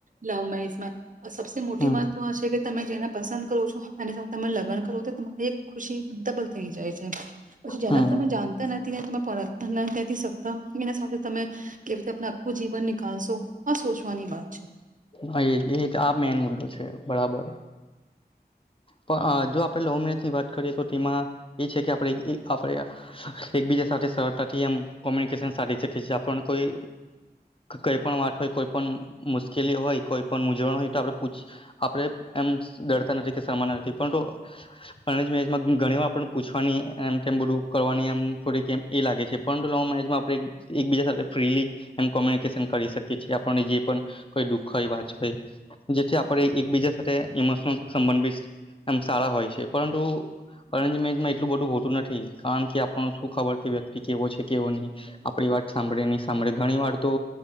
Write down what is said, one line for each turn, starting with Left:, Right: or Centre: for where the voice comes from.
Right: લવ મેરેજ મા સબસે મોટી
Left: હમ
Right: વાત તો આ છે કે તમે જેને પસંદ કરો છો અને તમે લગન કરો તો તમારે એક ખુશી ડબલ થઈ જાય છે. પછી જેનલ
Left: હમ
Right: તમે જાણતા નથી તમે પારખતા નથી શકતા એના સાથે તમે કેવી રીતે આપનું આખું જીવન નીકાલશો આ સોચવાની વાત છે.
Left: હ એ જ આ મેન મુદ્દો છે. બરાબર. પણ જો આપણેે લવ મેરેજ ની વાત ખડીશો ટીમા એ છે કે આ આપણે એકબીજા સાથે સરતાથી એમ કોમ્યુનિકેશન સાઢી શકીએ છીએ આપણ કોઈ કઈ પણ વાત હોય કોઈ પણ મુશ્કેલી હોય કોઈ પણ ઉઝવણ હોય તો આપછ આપણેે એમ ડરતા નથી કે સમાનાર્થી પરંતુ અરેંજ મેરેજમાં ઘણી વા આપ પૂછવાની એમ તેમ બધું કરવાની એમ થોડીકમ એ લાગે છે પણ લવ મેરેજમાં આપ એકબીજા સાથે ફ્રીલી એમ કોમ્યુનિકેશન કરી શકીએ છીએ આપને જે પણ કોઈ દુખ હોય વાત હોય જેથી આપણે એકબીજા સાથે ઇમોશનલ સંબંધભી એમ સારા હોય છે પરંતુ અરેંજ મેરેંજ માં એટલું બધું હોતું નથી. ઠીક કારણ કે આપ શું ખબર કે વ્યક્તિ કેવો છે કેવો નહી આપણી વાત સાંભળે નહી સાંભળે ઘણી વાર તો